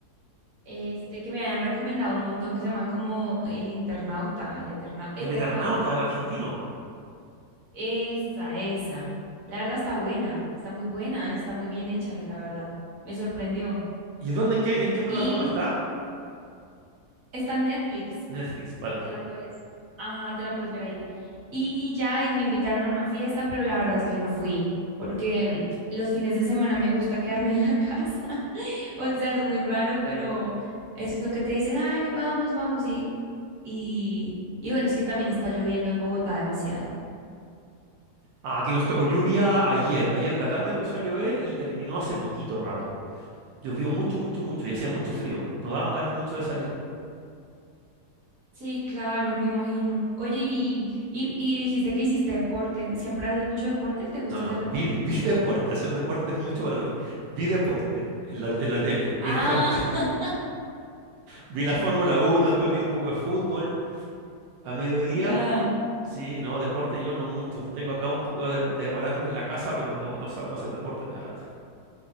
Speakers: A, on the right; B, on the right.
A: este, que me habían recomendado un montón, que se llama como El Internauta, el Eterna, Eternauta.
B: El Eternauta, el argentino.
A: Esa, esa. La verdad está buena, está muy buena, y está muy bien hecha, la verdad. Me sorprendió.
B: ¿Y dónde, en qué, en qué plataforma
A: Y
B: está?
A: está en Netflix,
B: Netflix, vale.
A: te la puedes, ajá, te la puedes ver ahí. Y, y ya y me invitaron a una fiesta, pero la verdad es que no fui, porque mm, los fines de semana me gusta quedarme en la casa. <laughs> O sea, es muy raro, pero eso que te dicen, ay, vamos, vamos, y, y, y bueno, es que también está lloviendo en Bogotá demasiado.
B: Ah, Aquí nos tocó lluvia ayer. Ayer en la tarde empezó a llover y terminó hace poquito rato. Llovió mucho, mucho, mucho y hacía mucho frío. Nos daban ganas mucho de salir.
A: Sí, claro, me imagino. Oye, y, y, y dijiste que hiciste deporte. ¿Siempre haces mucho deporte? ¿Te gusta
B: No, no,
A: hacer deporte?
B: vi, <laughs> vi deporte. Hacer deporte es mucho para mí. Vi deporte en la, en la tele. Vi
A: Ah,
B: la, fórm- <laughs>
A: <laughs>
B: vi la Fórmula Uno, después vi un poco de fútbol a mediodía.
A: ya.
B: Sí, no, deporte yo no mucho. Tengo acá un poco de, de aparatos en la casa, pero no, no salgo a hacer deporte, me da lata.